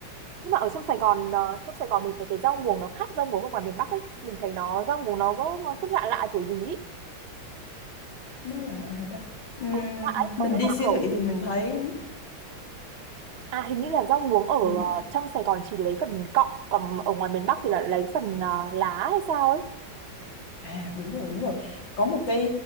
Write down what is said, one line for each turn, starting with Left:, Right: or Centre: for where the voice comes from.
Right: nhưng mà ở trong Sài Gòn ờ, trong Sài Gòn mình thấy cái rau muống nó khác rau muống ở ngoài miền Bắc ấy. Mình thấy nó rau muống nó có nó cứ lạ lạ kiểu gì ấy.
Left: nó là hả ta Ừm,
Right: Ừ, lạ ấy, có
Left: mình
Right: nghĩa
Left: đi
Right: là
Left: siêu
Right: kiểu
Left: thị thì mình thấy
Right: à hình như là rau muống ở
Left: mình
Right: ờ, trong Sài Gòn chỉ lấy phần cọng còn ở ngoài miền Bắc thì là lấy phần ờ, lá hay sao ấy
Left: à đúng rồi đúng rồi có một cái